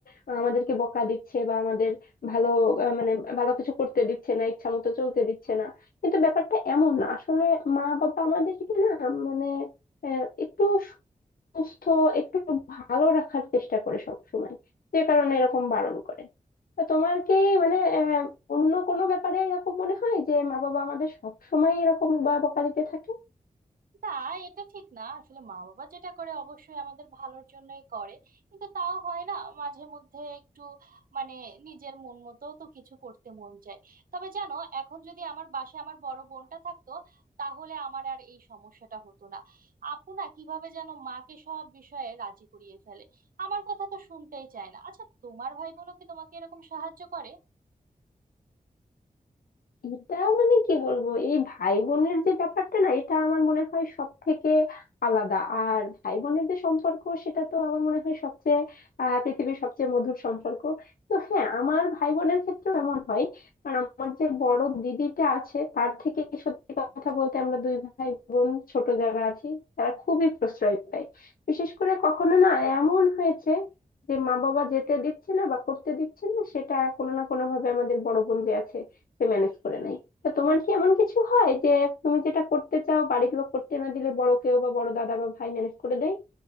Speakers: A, on the left; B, on the right.
A: আহ, আমাদেরকে বকা দিচ্ছে বা আমাদের ভালো আহ, মানে ভালো কিছু করতে দিচ্ছে না ইচ্ছা মতো চলতে দিচ্ছে না কিন্তু ব্যাপারটা এমন না আসলে মা বাবা আমাদেরকে না মানে আহ, একটু সুস্থ একটু ভালো রাখার চেষ্টা করে সব সময় যে কারণে এরকম বারণ করে তা তোমার কি মানে আহ, অন্য কোনো ব্যাপারে এরকম মনে হয় যে মা বাবা আমাদের সব সময় এরকম বকা দিতে থাকে
B: না এটা ঠিক না আসলে মা বাবা যেটা করে অবশ্যই আমাদের ভালোর জন্যই করে কিন্তু তাও হয় না মাঝে মধ্যে একটু মানে নিজের মন মতো তো কিছু করতে মন চায় তবে জানো এখন যদি আমার বাসায় আমার বড় বোনটা থাকতো তাহলে আমার আর এই সমস্যাটা হতো না আপু না কিভাবে যেন মাকে সব বিষয়ে রাজি করিয়ে ফেলে আমার কথা তো শুনতেই চায় না আচ্ছা তোমার ভাই বোনও কি তোমাকে এরকম সাহায্য করে
A: এটা মানে কি বলবো এই ভাই বোনের যে ব্যাপারটা না এটা আমার মনে হয় সব থেকে আলাদা আর ভাই বোনের যে সম্পর্ক সেটা তো আমার মনে হয় সবচেয়ে আহ পৃথিবীর সবচেয়ে মধুর সম্পর্ক তো হ্যাঁ আমার ভাই বোনের ক্ষেত্রেও এমন হয় কারণ আমার যে বড় দিদিটা আছে তার থেকে সত্যি কথা বলতে আমরা দুই ভাই বোন ছোট যারা আছি তারা খুবই প্রশ্রয় পায় বিশেষ করে কখনো না এমন হয়েছে যে মা বাবা যেতে দিচ্ছে না বা করতে দিচ্ছে না সেটা কোনো না কোনো ভাবে আমাদের বড় বোন যে আছে সে ম্যানেজ করে নেয় তা তোমার কি এমন কিছু হয় যে তুমি যেটা করতে চাও বাড়ির লোক করতে না দিলে বড় কেউ বা বড় দাদা বা ভাই ম্যানেজ করে দেয়